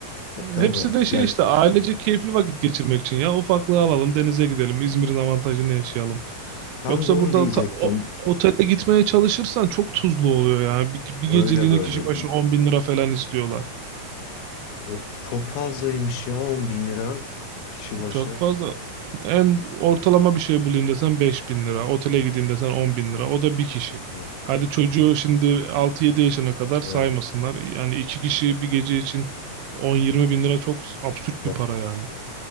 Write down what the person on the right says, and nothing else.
Ee, hepsi de şey
işte ailece keyifli vakit geçirmek için ya. Ufaklığı alalım, denize gidelim, İzmir'in avantajını yaşayalım.
Yoksa
burada
ta- o- otele gitmeye çalışırsan çok tuzlu oluyor yani. Bir, bir
geceliğine
kişi başı
10 bin lira falan istiyorlar.
Çok fazla. En ortalama bir şey bulayım desen beş bin lira. Otele gideyim desen 10 bin lira. O da bir kişi.
Hadi çocuğu şimdi altı yedi yaşına kadar saymasınlar.
Yani iki kişi bir gece için 10-20 bin lira çok absürt
bir para yani.